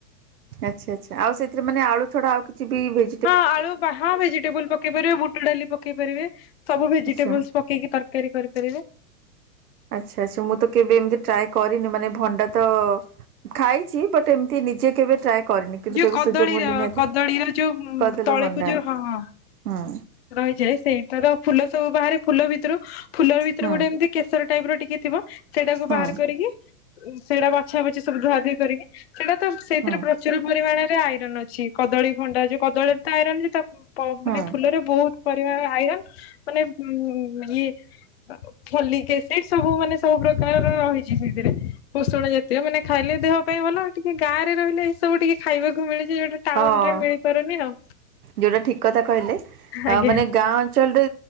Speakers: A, on the right; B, on the left.
A: ଆଚ୍ଛା, ଆଚ୍ଛା, ଆଉ ସେଥିରେ ମାନେ ଆଳୁ ଛଡା ଆଉ କିଛି ବି ଭେ
B: ହଁ ଆଳୁ ବାହା ଭେଜିଟେବୁଲ ପକେଇପାରିବେ, ବୁଟ ଡାଲି ପକେଇ ପକେଇ ପାରିବେ ସବୁ ଭେଜିଟେବଲସ
A: ଆଚ୍ଛା।
B: ପକେଇକି ତରକାରୀ କରିପାରିବେ।
A: ଆଚ୍ଛା, ଆଚ୍ଛା, ମୁଁ ତ କେବେ ଏମିତି ଟ୍ରାଏ କରିନି ମାନେ ଭଣ୍ଡା ତ ଖାଇଛି ବଟ୍ ଏମତି ନିଜେ କେବେ ଟ୍ରାଏ କରିନି କିନ୍ତୁ
B: ଯୋଉ
A: କେବେ
B: କଦଳୀର
A: ସୁଯୋଗ ମିଳିଲେ ନିହାତି
B: କଦଳୀର ଯୋଉ
A: କରିଦେଲ
B: ତଳେକୁ
A: ଭଣ୍ଡା
B: ଯୋଉ ହଁଁ ହଁ।
A: ହୁଁ
B: ରହିଯାଏ ସେଇ ତର ଫୁଲ ସବୁ ବାହାରେ ଫୁଲ ଭିତରୁ ଫୁଲର ଭିତରେ
A: ହୁଁ
B: ଗୋଟେ ଏମିତି କେଶର ଟାଇପ ର ଟିକେ ଥିବ ସେଇଟାକୁ
A: ହୁଁ
B: ବାହାର କରିକି ସେଟା ବଛା ବଛି ସବୁ ଧୁଆ ଧୋଇ କରିକି ସେଇଟା ତ ସେଇଥିରେ
A: ହୁଁ
B: ପୁ ଭଲ ପରିମାଣରେ ଆଇରନ ଅଛି କଦଳୀ ଖଣ୍ଡା ଯଉ କଦଳୀରେ ତ ଆଇରନ୍ ଅ ତା ମାନେ
A: ହୁଁ
B: ଫୁଲରେ ବହୁତ ପରିବା ଆଇରନ୍ ମାନେ ଉ ଇଏ ସବୁ ମାନେ ସବୁ ପ୍ରକାରର ରହିଛି ସେଥିରେ ପୋଷଣ ଜାତୀୟ ମାନେ ଖାଇଲେ ଦେହ ପାଇଁ ଭଲ। ଟିକେ ଗାଁ ରେ ରହିଲେ ଏ ସବୁ ଟିକେ ଖାଇବାକୁ ମିଳୁଛି ଯୋଉଟା ଟାଉନ
A: ହଁ
B: ରେ ମିଳିପାରୁନି ଆଉ।
A: ଯୋଉଟା ଠିକ କଥା କହିଲେ ଆ
B: ଆଜ୍ଞା।
A: ମାନେ ଗାଁ ଅଞ୍ଚଳରେ